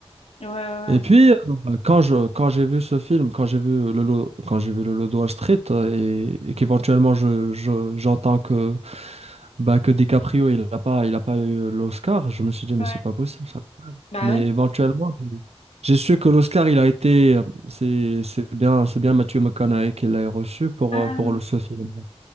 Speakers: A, on the left; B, on the right.
A: Ouais, ouais, ouais.
B: Et puis, euh, quand je, quand j'ai vu ce film, quand j'ai vu le lot, quand j'ai vu le lot de Wall Street, euh, et, et qu'éventuellement je, je- j'entends que, bah, que DiCaprio il a pas, il a pas eu l'Oscar, je me suis dit mais
A: Ouais.
B: c'est pas possible ça.
A: Bah
B: Mais
A: ouais.
B: éventuellement, j'ai j'ai su que l'Oscar, il a été, euh, c'est c'est bien, c'est bien Matthew McConaughey qui l'a reçu pour,
A: Ah,
B: euh, pour le, ce film,